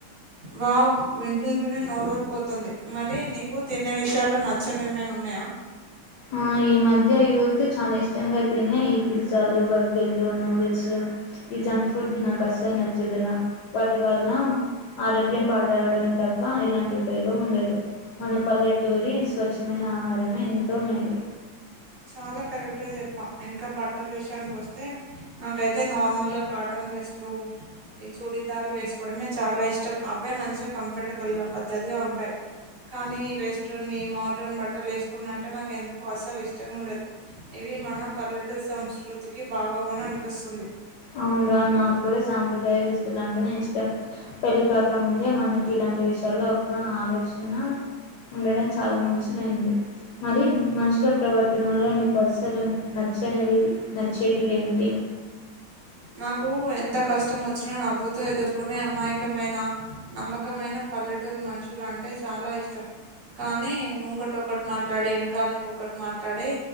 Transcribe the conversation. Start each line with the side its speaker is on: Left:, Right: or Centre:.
Right: వావ్ వింటుంటేనే నోరూరిపోతుంది మరి నీకు తినే విషయాల్లో నచ్చనివి ఏమైనా ఉన్నాయా
Left: ఆ ఈ మధ్య యువత్ చాలా ఇష్టంగా తినే ఈ పిజ్జాలు బర్గర్లు నూడిల్స్ ఈ జంక్ ఫుడ్ నాకు అసలు నచ్చదు రా వాటి వల్ల ఆరోగ్యం పాడవడమే తప్ప ఎలాంటి ఉపయోగం ఉండదు మన పల్లెటూరి స్వచ్ఛమైన ఆహారమే ఎంతో మేలు
Right: చాలా కరెక్ట్ గా చెప్పావ్ ఇంకా బట్టల విషయానికి వస్తే నాకైతే నార్మల్ గా కాటన్ డ్రస్లు ఈ చూడీదారులు వేసుకోవడమే చాలా ఇష్టం అవే మంచిగా కంఫర్టబుల్ గా పద్దది ఉంటాయి కానీ వెస్ట్రన్ ఈ మాడ్రన్ బట్టలు వేసుకున్నా అంటే నాకు ఎందుకో అసలు ఇష్ ఇష్టం ఉండదు ఇవి మన పల్లెటూరు సంస్కృతికి భాగవని అనిపిస్తుంది
Left: అవుండ్రా నాకు కూడా సాంప్రదాయ దుస్తులు అంటేనే ఇష్టం పెళ్ళి కాక ముందే మనకి ఇలాం ఇంటి విషయాల్లో ఒక ఆలోచన ఉండడం చాలా మంచిదయింది మరి మనుషుల ప్రవర్తనలో నీకు అసలు నచ్చనివి నచ్చేటివి ఏంటి
Right: నాకు ఎంత కష్టం వచ్చినా నవ్వుతో ఎదుర్కొనే అమాయకమైన నమ్మకమైన పల్లెటూరు మనుషులు అంటే చాలా ఇష్టం కానీ ముంగటి ఒకక్కటి మాట్లాడి వెనకాల ఇంకొకటి మాట్లాడి